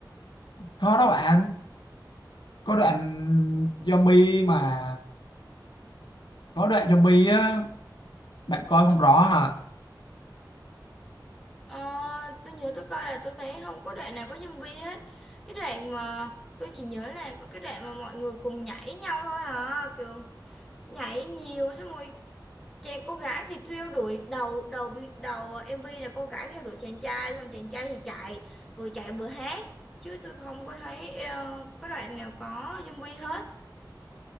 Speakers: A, on the left; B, in the centre.
A: có đâu bạn có đoạn zombie mà có đoạn zombie á bạn coi không rõ hả
B: Ờ, tôi nhớ tôi coi là tôi thấy không có đoạn nào có zombie hết. Cái đoạn mà tôi chỉ nhớ là có cái đoạn mà mọi người cùng nhảy nhau thôi à, kiểu nhảy nhiều xong rồi chàng cô gái thì theo đuổi đầu đầu vi- đầu ờ, em MV là cô gái theo đuổi chàng trai xong chàng trai thì chạy vừa chạy vừa hát chứ tôi không có thấy ờ, có đoạn nào có zombie hết